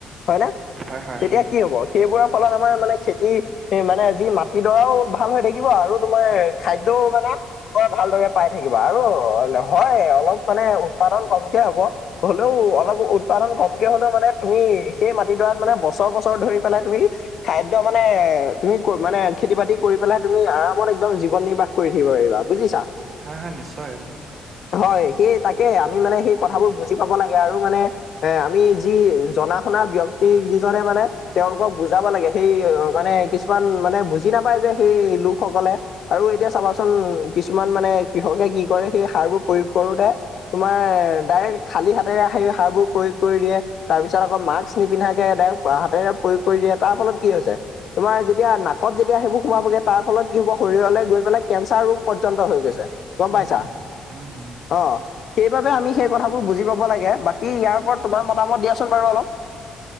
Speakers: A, on the left; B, on the right.
A: হয় নে?
B: হয় হয়
A: তেতিয়া
B: উম
A: কি হব সেইবোৰৰ ফলত আমাৰ মানে খেতি হে মানে যি মাটিডৰাও ভাল হৈ থাকিব আৰু তোমাৰ খাদ্যও মানে বৰ ভালদৰে পাই থাকিবা আৰু হয় অলপ মানে উৎপাদন কমকে হ'ব। হলোঁ অলপ উৎপাদন কমকে হলেও মানে তুমি সেই মাটিডৰাত মানে বছৰ বছৰ ধৰি পেলাই তুমি খাদ্য মানে তুমি কৈ মানে খেতি-বাতি কৰি পেলাই তুমি আৰামত একদম জীৱন নিৰ্বাহ কৰি থাকিব পাৰিবা বুজিছা।
B: হা হা নিশ্চয়।
A: হয় সেই তাকে আমি মানে সেই কথাবোৰ বুজি পাব লাগে আৰু মানে এ আমি যি জনা শুনা ব্যক্তি কিজনে মানে তেওঁলোকক বুজাব লাগে সেই মানে কিছুমান মানে বুজি নাপায় যে সেই লোকসকলে আৰু এতিয়া চাবাচোন কিছুমান মানে কৃষকে কি কৰে সেই সাৰবোৰ প্ৰয়োগ কৰোতে তোমাৰ ডাইৰেক্ট খালী হাতেৰে আহি সাৰবোৰ প্ৰয়োগ কৰি দিয়ে। তাৰপিছত আকৌ মাস্ক নিপিন্ধাকে হাতেৰে প্ৰয়োগ কৰি দিয়ে তাৰ ফলত কি হৈছে। তোমাৰ যি- তিয়া নাকত যেতিয়া সেইবোৰ সোমাবগে তাৰ ফলত কি হ'ব, শৰীৰলে গৈ পেলাই কেঞ্চাৰ ৰোগ পৰ্যন্ত হৈ গৈছে। গম
B: <unintelligible>
A: পাইছা
B: হয় -হয়।
A: অ', সেইবাবে আমি সেই কথাবোৰ বুজি পাব লাগে, বাকী ইয়াৰ ওপৰত তোমাৰ মতামত দিয়াচোন বাৰু অলপ?